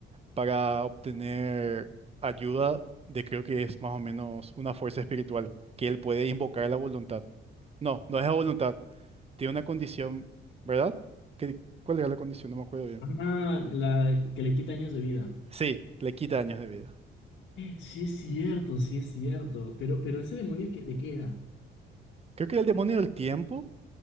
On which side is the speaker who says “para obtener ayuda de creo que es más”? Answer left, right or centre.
Right